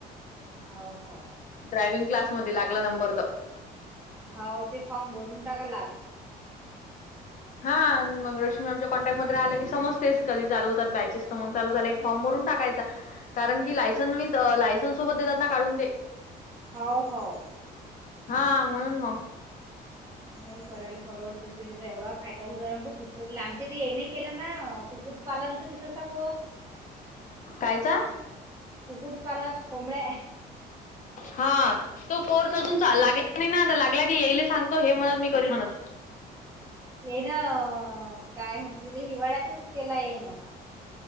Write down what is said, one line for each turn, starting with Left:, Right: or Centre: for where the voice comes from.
Right: हो हो
Left: ड्रायवि्हंग क्लासमध्ये लागला नंबर तर
Right: होा ते फॉर्म भरून टाका
Left: हां मग रश्मी आमच्या कॉन्टॅक्टमध्येध्ये राहिलं कीमते कधी चाल होतात बॅचेस तर मग ल झाले की फॉर्म भरून टाकायचा कारण की लायसन विथ लायसन सोबत देतात ना काढून ते
Right: हाव हाव.
Left: हा म्हणून मग
Right: नाही करायला फॉरवर्ड त्याचा एवढा फायदा हो खूप ज आमच्या ते हे नाही केलं ना कुक्कुट पालनचा तिथंसा कोर्स
Left: कायचा
Right: कुकुटपालन कोमळे
Left: हा तो कोर्स अजून चाल लागला नाही ना आता लागला की येईले सांगतो हे म्हणत मी कर म्हणत
Right: ये ना काय म्हणत त हिवाळ्यातच केला येईन